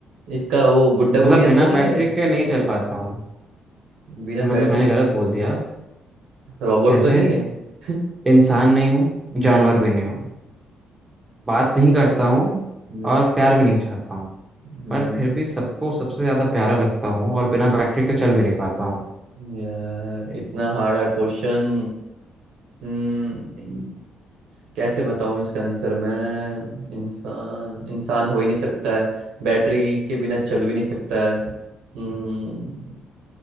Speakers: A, on the right (about 80°); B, on the right (about 15°).
A: इसका वो गुड्डा गुड़िया
B: मतलब बिना
A: तो नहीं
B: बैटरी
A: है
B: के नहीं चल पाता हूँ
A: बिना
B: मतलब
A: बैटरी
B: मैंने गलत
A: के
B: बोल दिया
A: रोबोट
B: जैसे
A: तो नहीं है <laughs>
B: इंसान नहीं हूँ
A: हम्म
B: जानवर भी नहीं हूँ बात नहीं करता हूँ
A: हम्म
B: और प्यार भी नहीं चाहता हूँ
A: हम्म,
B: पर फिर भी सबको सबसे ज्यादा प्यारा लगता हूँ और बिना बैटरी के चल भी नहीं पाता हूँ
A: यार इतना हार्ड हार्ड क्वेश्चन हम्म कैसे बताऊं इसका आंसर मैं इंसान इंसान हो ही नहीं सकता है बैटरी के बिना चल भी नहीं सकता है हम्म